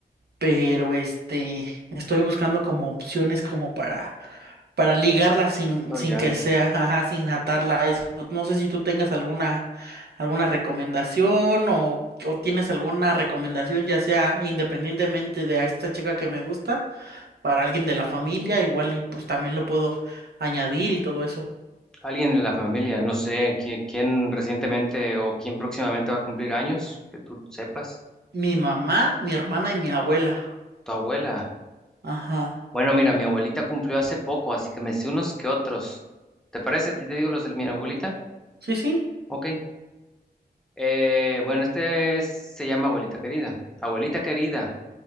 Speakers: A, on the right (about 75°); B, in the centre.
A: pero este, estoy buscando como opciones como para, para ligarla sin,
B: Oh,
A: sin
B: ya.
A: que sea, ajá, sin atarla a eso. No sé si tú tengas alguna, alguna recomendación o, o tienes alguna recomendación, ya sea independientemente de a esta chica que me gusta para alguien de la familia, igual y pues también lo puedo añadir y todo eso.
B: Alguien en la familia, no sé, ¿quién, quién recientemente o quién próximamente va a cumplir años, que tú sepas.
A: Mi mamá, mi hermana y mi abuela.
B: Tu abuela.
A: Ajá.
B: Bueno, mira, mi abuelita cumplió hace poco, así que me sé unos que otros. ¿Te parece si te digo los de mi abuelita?
A: Sí, sí.
B: Ok. Eh, bueno, este es- se llama Abuelita Querida. Abuelita querida,